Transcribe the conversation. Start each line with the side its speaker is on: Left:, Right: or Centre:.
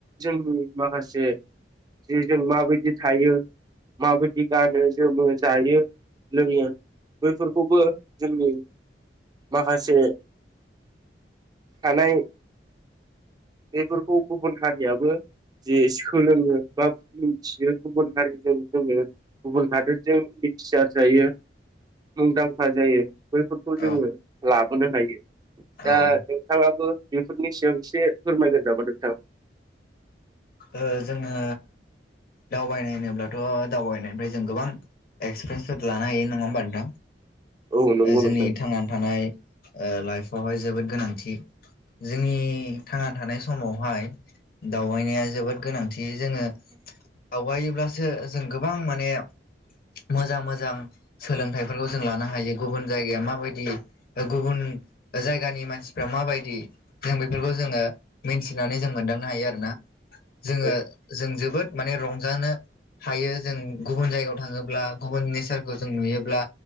Right: जोंनि माखासे जे जों माबायदि थायो माबायदि गानो जोमो, जायो लोङो बैफोरखौबो जोंनि माखासे थानाय बेफोरखौ गुबुन हारियाबो जे सोलोङो बा मिथियो, गुबुन हारिजों जोङो गुबुन हादोरजों मिथिसार जायो मुंदांखा जायो। बैफोरखौ
Left: औ
Right: जोङो लाबोनो हायो। दा
Left: ओ
Right: नोंथाङाबो बेफोरनि सायाव एसे फोरमायगोन नामा नोंथां?
Left: ओ जोंङो दावबायनाय होनोब्लाथ' दावबायनायनिफ्राय जों गोबां एक्सपिरियेन्सफोर लानो हायो नङा होनबा नोंथां?
Right: औ नंगौ
Left: ओ जोंनि
Right: नोंथां
Left: थांनानै थानाय लाइफआवहाय जोबोद गोनांथि। जोंनि थांना थानाय समावहाय दावबायनाया जोबोद गोनांथि। जोङो दावगायोब्लासो जों गोबां माने मोजां मोजां सोलोंथाइफोरखौ जों लानो हायो गुबुन जायगाया माबायदि गुबुन जायगानि मानसिफ्रा माबायदि जों बेफोरखौ जोङो मिथिनानै जों मोनदांनो हायो आरोना। जोङो
Right: औ
Left: जों जोबोद माने रंजानो हायो जों गुबुन जायगायाव थाङोब्ला गुबुन नेचारखौ जों नुयोब्ला